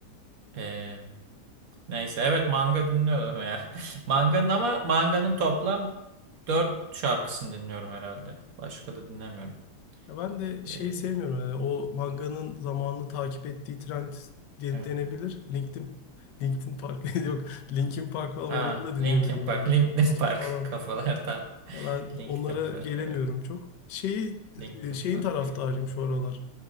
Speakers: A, on the right; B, on the left.
A: E, neyse evet manga dinliyorum ya. <laughs> Manganın ama manganın toplam dört şarkısını dinliyorum herhalde. Başka da dinlemiyorum.
B: Ya ben de şeyi
A: E,
B: sevmiyorum yani o manganın zamanını takip ettiği trend den-
A: evet.
B: denebilir. LinkedIn LinkedIn Park <laughs> yok. Linkin Park falan
A: Aa,
B: onları da dinlemiyorum
A: Linkin Park,
B: ben. Limp
A: Linkin
B: Bizkit
A: Park
B: falan.
A: <laughs> kafalar tam. <laughs>
B: Ya ben onlara
A: Linkin Park
B: gelemiyorum
A: evet.
B: çok. Şeyi
A: Linkin
B: e, şeyin
A: Park'ı
B: taraftarıyım şu aralar.